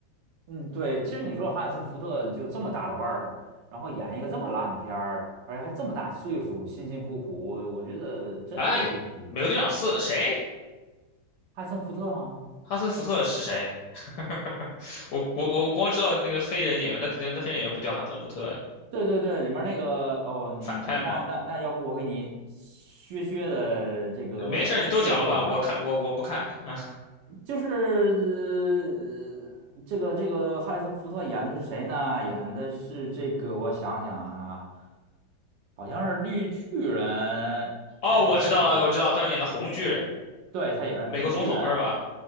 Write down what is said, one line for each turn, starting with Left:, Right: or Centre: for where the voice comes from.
Right: 嗯对，其实你说哈里森福特就这么大的腕儿，然后演一个这么烂的片儿，而且还这么大岁数，辛辛苦苦，我觉得真是不值。
Left: 哎，美国队长四谁？
Right: 哈里森福特吗？
Left: 哈森福特是谁？<laughs> 我我我我光知道那个黑人演员，那肯定那黑人演员不叫哈森福特呀，
Right: 对对对，里面那个哦，你你那那那要不我给你削削的这个剧透一下，
Left: 反派嘛。没事儿，你都讲了吧？我看我我不看啊。
Right: 就是、呃这个这个哈里森福特演的是谁呢？演的是这个，我想想啊，好像是绿巨人那里面女，
Left: 哦，我知道了，我知道，他演的红巨人，
Right: 对，她演的是红巨人，
Left: 美国总统是吧？